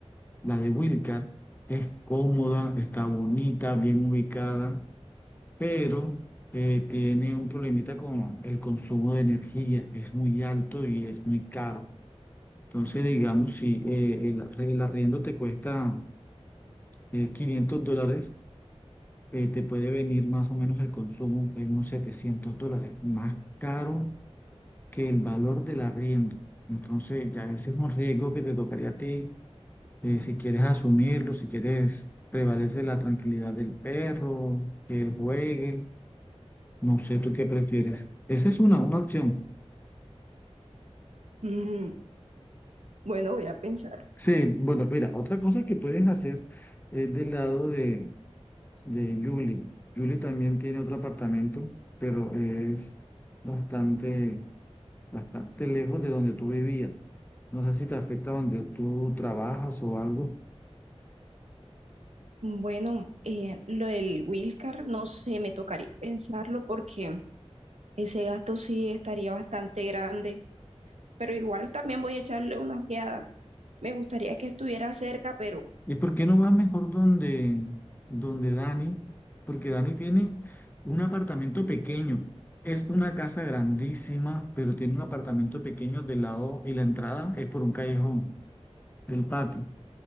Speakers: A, on the left; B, on the right.
A: la de Wilcar, es cómoda, está bonita, bien ubicada pero eh, tiene un problemita con el consumo de energía, es muy alto y es muy caro. Entonces, digamos, si eh, el, arre- el arriendo te cuesta eh, 500 dólares, eh, te puede venir más o menos el consumo en unos 700 dólares, más caro que el valor del arriendo. Entonces, ya ese es un riesgo que te tocaría a ti, eh, si quieres asumirlo, si quieres prevalece la tranquilidad del perro, que él juegue No sé tú qué prefieres. Esa es una, una opción.
B: Mm, bueno, voy a pensar.
A: Sí, bueno, mira, otra cosa que puedes hacer es del lado de, de Julie. Julie también tiene otro apartamento, pero es bastante, bastante lejos de donde tú vivías. No sé si te afecta donde tú trabajas o algo,
B: Bueno, eh, lo del Wilcar, no sé, me tocaría pensarlo porque ese gasto sí estaría bastante grande, pero igual también voy a echarle una ojeada. Me gustaría que estuviera cerca, pero
A: ¿Y por qué no vas mejor donde, donde Dani? Porque Dani tiene un apartamento pequeño. Es una casa grandísima, pero tiene un apartamento pequeño del lado y la entrada es por un callejón del patio.